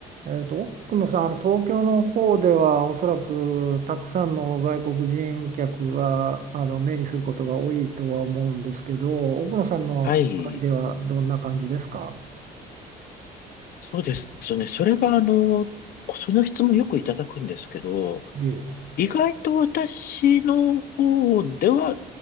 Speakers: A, on the right (about 50°); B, on the left (about 60°).
A: えーと、奥野さん、あの東京の方ではおそらくたくさんの外国人客があの目にすることが多いとは思うんですけど、奥野さんの周りではどんな感じですか
B: はい。そうですね。それが、あの、その質問よくいただくんですけど、
A: ええ、
B: 意外と私の方では、